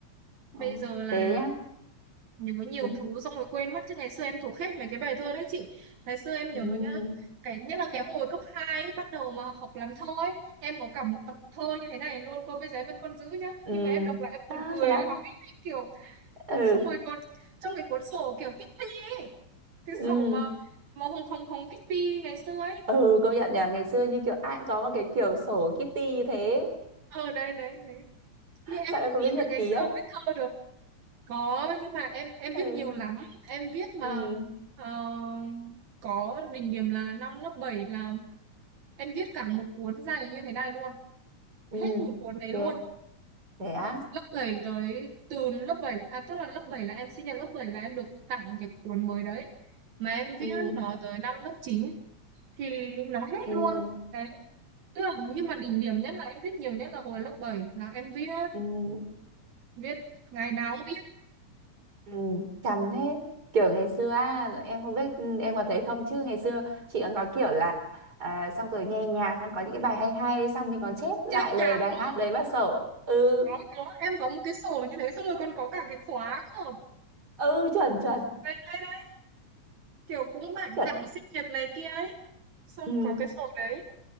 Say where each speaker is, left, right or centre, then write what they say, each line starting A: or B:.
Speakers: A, on the right; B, on the right.
A: đấy.
B: Bây giờ là
A: thế nhá
B: nhớ nhiều
A: ừ
B: thứ xong rồi quên mất chứ ngày xưa em thuộc hết mấy cái bài thơ đấy chị ngày xưa em
A: ừ
B: nhớ nhá cái nhất là cái hồi cấp 2 ấy, bắt đầu mà học làm thơ ấy em có cả một tập thơ như thế này luôn cô bây giờ em vẫn còn giữ nhá
A: ừ.
B: nhưng mà em đọc lại em
A: à,
B: buồn cười
A: thế á
B: lắm ấy em kiểu
A: ừ
B: xong rồi còn trong cái cuốn sổ kiểu Kitty ấy cái
A: ừ
B: sổ mà màu hồng hồng hồng Kitty ngày xưa ấy
A: ừ công nhận nhỉ ngày xưa như kiểu ai cũng có một cái kiểu sổ Kitty như thế
B: ờ đấy đấy đấy nhưng em
A: sao em
B: không
A: có
B: nghĩ
A: biết nhật
B: là ngày
A: ký
B: xưa
A: không
B: viết thơ được có nhưng mà em em
A: ừ
B: viết nhiều lắm em viết mà
A: ừ
B: ờ, có đỉnh điểm là năm lớp 7 là em viết cả một cuốn dày như thế này luôn
A: ừ
B: hết một cuốn đấy
A: thế
B: luôn
A: thế á
B: lớp 7 tới từ lớp 7 à tức là lớp 7 là em sinh nhật lớp bảy là em được tặng cái cuốn mới đấy mà em
A: ừ
B: viết nó tới năm lớp 9 thì nó hết
A: ừ
B: luôn đấy tức là nhưng mà đỉnh điểm nhất là em viết nhiều nhất là hồi lớp 7 là em viết
A: ừ
B: viết ngày nào cũng viết
A: Ừ, chằm thế kiểu ngày xưa á, em không biết ừ, em có thấy không chứ ngày xưa chị còn có kiểu là à, xong rồi nghe nhạc xong có những cái bài hay hay xong mình còn chép lại
B: chết
A: lời
B: nhàn
A: bài
B: luôn
A: hát đấy vào sổ ừ
B: có có em có một cái sổ như thế xong rồi còn có cả cái khóa cơ
A: ừ chuẩn chuẩn
B: đây đây đây kiểu cũng bạn
A: chuẩn
B: tặng sinh nhật này kia ấy xong
A: ừ,
B: có cái sổ đấy